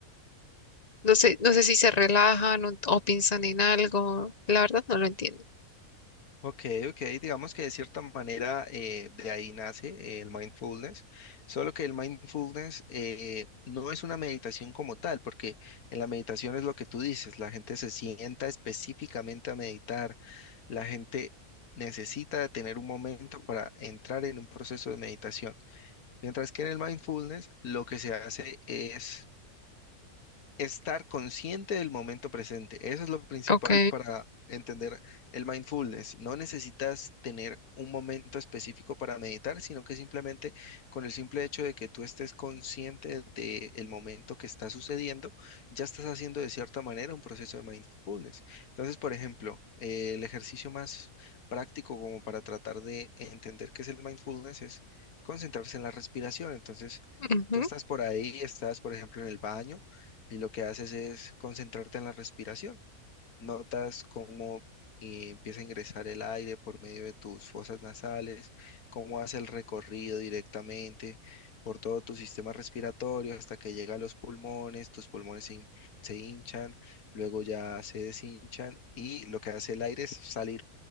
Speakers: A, on the left (about 30°); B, on the left (about 75°).
A: No sé, no sé si se relajan o, o piensan en algo. La verdad no lo entiendo.
B: Ok, ok, digamos que de cierta manera eh, de ahí nace eh, el mindfulness, solo que el mindfulness eh, no es una meditación como tal, porque en la meditación es lo que tú dices, la gente se sienta específicamente a meditar, la gente necesita tener un momento para entrar en un proceso de meditación, mientras que en el mindfulness lo que se hace es estar consciente del momento presente. Eso es lo principal
A: Ok,
B: para entender el mindfulness. No necesitas tener un momento específico para meditar, sino que simplemente con el simple hecho de que tú estés consciente del momento que está sucediendo, ya estás haciendo de cierta manera un proceso de mindfulness. Entonces, por ejemplo, eh, el ejercicio más práctico como para tratar de entender qué es el mindfulness es concentrarse en la respiración. Entonces,
A: ujú,
B: tú estás por ahí, estás, por ejemplo, en el baño y lo que haces es concentrarte en la respiración. Notas cómo eh, empieza a ingresar el aire por medio de tus fosas nasales, cómo hace el recorrido directamente por todo tu sistema respiratorio hasta que llega a los pulmones, tus pulmones se, hin- se hinchan, luego ya se deshinchan y lo que hace el aire es salir